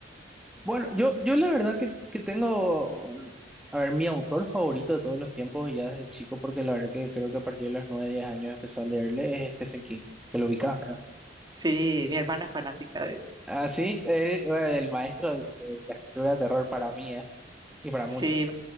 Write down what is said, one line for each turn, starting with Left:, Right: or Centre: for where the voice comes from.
Centre: Bueno, yo, yo la verdad que, que tengo, a ver, mi autor favorito de todos los tiempos y ya desde chico, porque la verdad que creo que a partir de los 9 10 años empecé a leerle es Stephen King, que lo ubicás, ¿verdad?
Right: sí, mi hermana es fanática de...
Centre: Así, eh, bueno, el maestro de de la escritura de terror para mí, ¿eh? Y para
Right: Sí,
Centre: muchos.